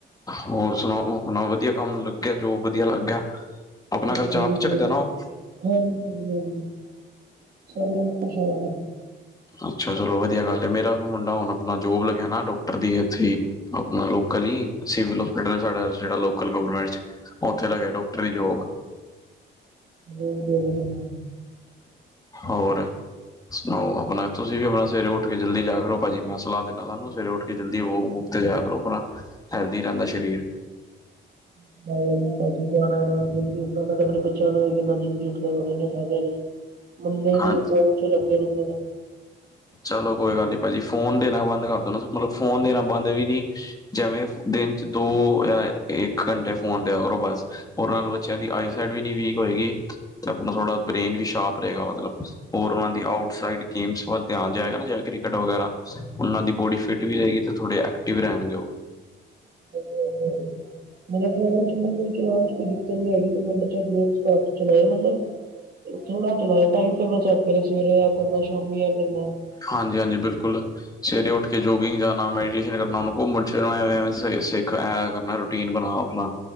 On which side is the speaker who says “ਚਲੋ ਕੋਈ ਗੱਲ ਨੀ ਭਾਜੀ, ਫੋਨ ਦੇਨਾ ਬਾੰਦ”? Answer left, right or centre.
Left